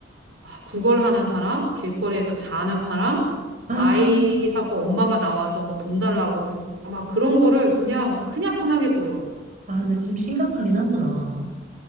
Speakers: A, on the right (about 70°); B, on the right (about 45°).
A: 아, 구걸하는 사람, 길거리에서 자는 사람,
B: 아,
A: 아이하고 엄마가 나와서 뭐 돈 달라고 구, 막 그런 거를 그냥, 그냥 흔하게 보여.
B: 아, 근데 지금 심각하긴 하구나.